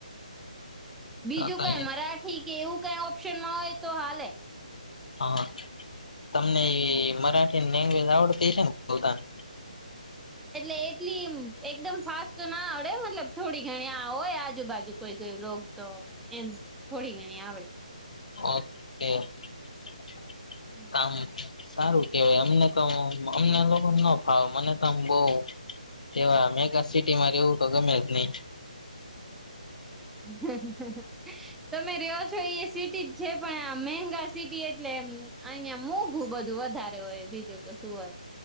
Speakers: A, in the centre; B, on the left (about 65°).
A: બીજુ
B: તો તો
A: કાઈ
B: એ
A: મરાઠી કે એવું કાઈ ઓપ્શનમાં હોય તો હાલે
B: હા, તમને એ મરાઠી લેન્ગવેજ આવડતી હસેને પોતાને?
A: એટલે એટલી એકદમ ફાસ્ટ તો ના આવડે, મતલબ થોડી ઘણી આવો હોયે આજુબાજુ કોઈ કોઈ રોકતો એમ થોડી ઘણી આવડે.
B: <inaudible>
A: <inaudible>
B: આ સારું કહેવાય અમને તો અમને લોકોને ના ફાવે મને તો આમ બહુ એવા મેગા સિટીમાં રહેવું તો મને ગમે જ નહીં.
A: હ હ હ હ તમે રહો છો એ સિટી જ છે, પણ આ મેગા સિટી એટલે એમ અહીંયા મોંઘું બધું વધારે હોય, બીજું તો શું હોય?